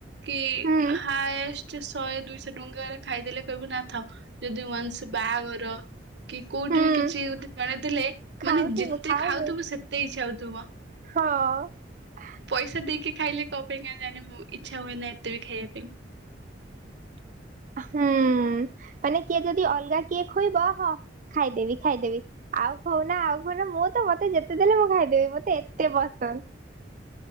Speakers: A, on the right (about 65°); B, on the right (about 45°).
A: କି
B: ହୁଁ
A: ହଏ ସେ ଶହେ ଦୁଇଶହ ଟଙ୍କାରେ ଖାଇଦେଲେ କହିବି ନଥାଉ ଯଦି ମଂଷ ବାହାଘର କି କୋଉଠି
B: ହୁଁ।
A: ବି କିଛି ଜଣେଇଦେଲେ
B: ଖାଉଥିବୁ
A: ମାନେ ଯେତେ
B: ଖାଉଛୁ
A: ଖାଉଥିବୁ ସେତେ ତୁବ
B: ହଁ।
A: ପଇସା ଦେଇକି ଖାଇଲେ କଣ ପାଇଁ ଜାଣେ ମୁ ଇଚ୍ଛା ହୁଏ ନା ଏତେ ବି ଖାଇବା ପାଇଁ।
B: ହୁଁ। ମାନେ କିଏ ଯଦି ଅଲଗା କିଏ ଖୋଇବ ହଁ ଖାଇଦେବି ଖାଇଦେବି ଆଉ ଖଉନା ଆଉ ଖାଉନା ମୁଁ ତ ମତେ ଯେତେ ଦେଲେ ମୁଁ ଖାଇଦେବି। ମତେ ଏତେ ପସନ୍ଦ।